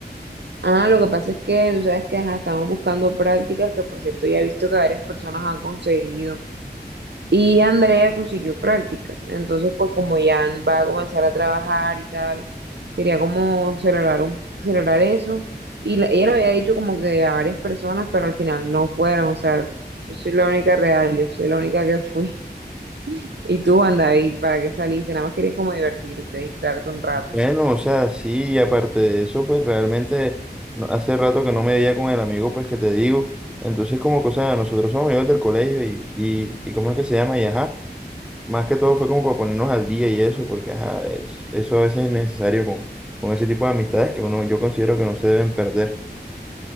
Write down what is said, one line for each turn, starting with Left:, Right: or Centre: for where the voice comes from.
Right: Ah, lo que pasa es que tú sabes que ajá, estamos buscando prácticas que por cierto ya he visto que varias personas han conseguido. Y Andrea consiguió prácticas, entonces pues como ya va a comenzar a trabajar y tal Quería como celebrar un, celebrar eso. Y la- ella le había dicho como que a varias personas, pero al final no fueron. O sea, yo soy la única real, yo soy la única que fui. <laughs> Y tú, Juan David, ¿para qué saliste? Nada más querías como divertirte, distraerte un rato.
Centre: Bueno, o sea, sí, y aparte de eso, pues realmente no- hace rato que no me veía con el amigo, pues que te digo. Entonces, como que, o sea, nosotros somos amigos del colegio y, y, y ¿cómo es que se llama? Y ajá. Más que todo fue como para ponernos al día y eso, porque ajá, es- eso a veces es necesario con, con ese tipo de amistades que uno, yo considero que no se deben perder.